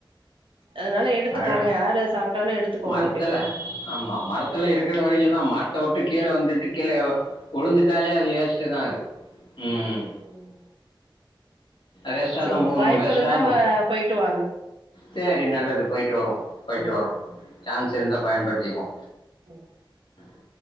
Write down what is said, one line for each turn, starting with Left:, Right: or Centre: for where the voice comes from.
Right: அதனால எடுத்துக்கோங்க
Left: பழோ
Right: யாரு சாப்ட்டாலு எடுத்துக்கோங்க
Left: மரத்துல
Right: அப்டிம்பாங்க
Left: ஆமா மரத்துல இருக்கிற வரைக்கும்தா மர த்த விட்டு கீழே வந்துட்டு கீழே உழுந்துட்டாலே அது வேஸ்ட்தா அது உம்
Right: ம்
Left: வேஸ்டாதா
Right: சேரி
Left: போகணு
Right: வாய்ப்பு
Left: வேஸ்டா
Right: இருந்தா
Left: ஏன் போ
Right: வ போயிட்டு வாங்க
Left: சேரி நல்லது போயிட்டு வருவோ போயிட்டு
Right: ம்
Left: வருவோ சான்ஸ் இருந்தா பயன்படுத்திக்குவோ
Right: ம்
Left: <inaudible>